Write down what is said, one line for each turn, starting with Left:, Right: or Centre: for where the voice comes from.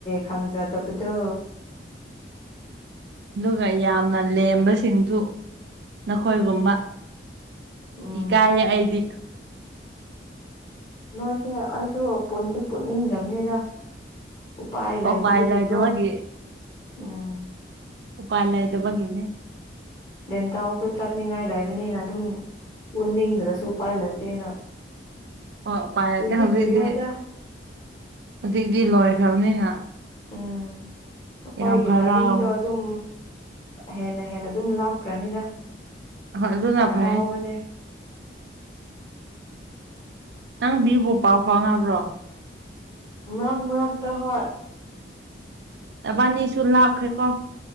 Left: ꯈꯪꯖꯥꯗꯕꯗ
Right: ꯑꯗꯨꯒ ꯌꯥꯝꯅ ꯂꯦꯝꯕꯁꯤꯡꯁꯨ ꯅꯈꯣꯏꯒꯨꯝꯕ
Left: ꯎꯝ
Right: ꯏꯀꯥꯏꯌꯦ ꯑꯩꯗꯤ
Left: ꯅꯣꯏꯁꯦ ꯑꯩꯁꯨꯗꯤ ꯄꯨꯟꯅꯤꯡꯗꯕꯅꯤꯗ ꯎꯄꯥꯏ
Right: ꯑꯣ
Left: ꯂꯩꯇꯕꯒꯤꯀꯣ
Right: ꯄꯥꯏꯂꯗ ꯃꯥꯒꯤ
Left: ꯎꯝ
Right: ꯎꯄꯥꯥꯏ ꯂꯩꯥꯏꯗ ꯒꯤꯅꯦ
Left: ꯗꯦꯟꯇꯥꯎꯁꯨ ꯆꯠꯅꯤꯡꯉꯥꯏ ꯂꯩꯕꯅꯤꯅ ꯑꯗꯨꯝ ꯄꯨꯅꯤꯡꯗ꯭ꯔꯁꯨ ꯎꯄꯥꯏ ꯂꯩꯇꯦꯅ
Right: ꯑꯣ ꯄꯥꯏꯔꯗꯤꯦ
Left: ꯀꯨꯏꯗꯤ
Right: ꯍꯧꯖꯤꯛꯇꯤ
Left: ꯀꯨꯏꯔꯣꯏꯗ
Right: ꯍꯧꯖꯤꯛꯇꯤ ꯂꯣꯏꯈ꯭ꯔꯕꯅꯤꯅ
Left: ꯎꯝ ꯑꯩꯈꯣꯏꯒꯤ
Right: ꯌꯥꯝ ꯍꯔꯥꯎꯋꯦ
Left: ꯃꯔꯤꯗꯣ ꯑꯗꯨꯝ ꯍꯦꯟꯅ ꯍꯦꯟꯅ ꯑꯗꯨꯝ ꯂꯥꯞꯈ꯭ꯔꯅꯤꯗ
Right: ꯍꯣꯏ ꯑꯗꯨꯅ
Left: ꯍꯔꯥꯎꯕꯅꯦ
Right: ꯐꯥꯏ ꯅꯪ ꯕꯤꯕꯣ ꯄꯥ ꯐꯉꯕ꯭ꯔꯣ
Left: ꯃꯔꯛ ꯃ꯭ꯔꯥꯛꯗ ꯍꯣꯏ
Right: ꯑꯕꯥꯅꯤꯁꯨ ꯂꯥꯛꯈ꯭ꯔꯦꯀꯣ